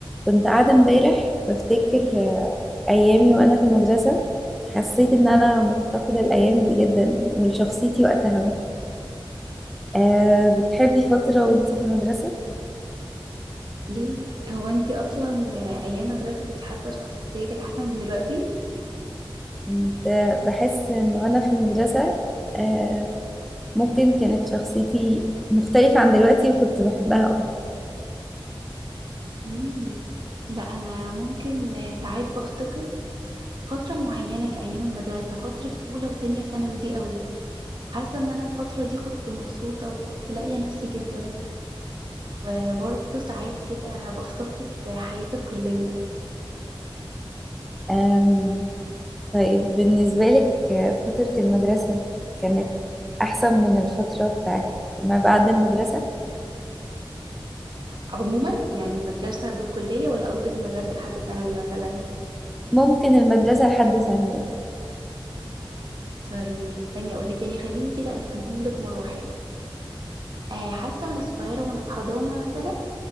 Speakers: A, in the centre; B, on the right.
A: كنت قاعدة امبارح بفتكر آه، أيامي وأنا في المدرسة حسيت إن أنا مفتقدة الأيام دي جدا ولشخصيتي وقتها أه بتحبي فترة وأنت في المدرسة
B: ليه هو انتي اصلا آه، ايام المدرسه كنت حاسه شخصيتك احسن من دلوقتي
A: كنت بحس إن وأنا في المدرسة أه ممكن كانت شخصيتي مختلفة عن دلوقتي وكنت بحبها
B: امم لا انا ممكن آه، ساعات بفتقد فتره معينه في ايام المدرسه فتره اولى وتانية ثانوي دي قوي حاسه ان انا الفتره دي كنت مبسوطه وكنت لاقيه نفسي جدا وبرضه ساعات كده بفتقد آه، حياه الكليه
A: أم طيب بالنسبة لك آه، فترة المدرسة كانت أحسن من الفترة بتاعت ما بعد المدرسة
B: عموما يعني مدرسه بالكليه ولا قصدك المدرسه لحد ثانوي مثلا
A: ممكن المدرسة لحد ثانوي
B: طيب استني اقولك يعني خليني كده اقسمهم لك مراحل آه حاسة وأنا صغيرة وأنا في حضانة مثلا